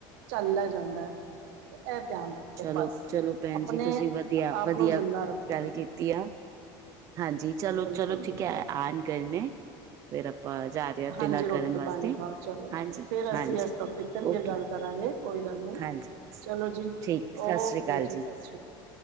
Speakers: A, on the right; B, on the right.
A: ਝੱਲ ਲੈ ਜਾਂਦੈ। ਤੇ ਇਹ ਧਿਆਨ ਰੱਖੋ
B: ਚਲੋ,
A: ਬਸ
B: ਚਲੋ ਭੈਣ
A: ਅਪਨੇ
B: ਜੀ ਤੁਸੀਂ ਵਧੀਆ,
A: ਆਪ
B: ਵਧੀਆ
A: ਨੂੰ ਜ਼ਿੰਦਾ ਰੱਖੋ।
B: ਗੱਲ ਕੀਤੀ ਆ। ਹਾਂਜੀ, ਚਲੋ-ਚਲੋ
A: ਬਿਲਕੁਲ ਬਿਲਕੁਲ
B: ਠੀਕ ਐ ਆਣ ਗਏ ਨੇ ਫੇਰ ਆਪਾਂ ਜਾ ਤੇ
A: ਹਾਂਜੀ
B: ਨਾ
A: ਰੋਟੀ
B: ਕਰਨ ਵਾਸਤੇ।
A: ਪਾਣੀ ਖਾਓ ਚਲੋ
B: ਹਾਂਜੀ,
A: ਚਲੋ ਫਿਰ
B: ਹਾਂਜੀ,
A: ਅਸੀਂ ਇਸ ਟੋਪਿਕ ਤੇ ਫਿਰ
B: ਓਕੇ
A: ਗੱਲ ਕਰਾਂਗੇ ਕੋਈ ਗੱਲ ਨਹੀਂ
B: ਹਾਂਜੀ।
A: ਚਲੋ ਜੀ
B: ਠੀਕ, ਸਤਿ
A: ਓਕੇ
B: ਸ੍ਰੀ ਅਕਾਲ ਜੀ।
A: ਸਤਿ ਸ਼੍ਰੀ ਅਕਾਲ